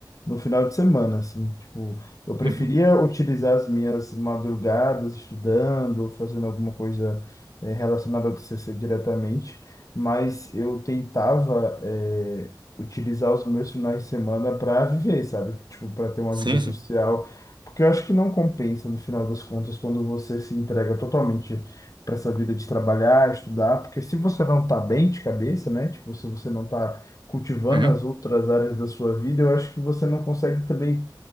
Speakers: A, on the left; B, on the right.
A: no final de semana, assim, tipo, eu preferia
B: Uhum.
A: utilizar as minhas madrugadas estudando, fazendo alguma coisa eh, relacionada ao TCC diretamente, mas eu tentava eh, utilizar os meus finais de semana para viver, sabe? Tipo, para ter uma
B: Sim,
A: vida social,
B: sim.
A: porque eu acho que não compensa no final das contas quando você se entrega totalmente para essa vida de trabalhar, estudar, porque se você não tá bem de cabeça, né? Tipo, se você não tá cultivando
B: Uhum.
A: as outras áreas da sua vida, eu acho que você não consegue também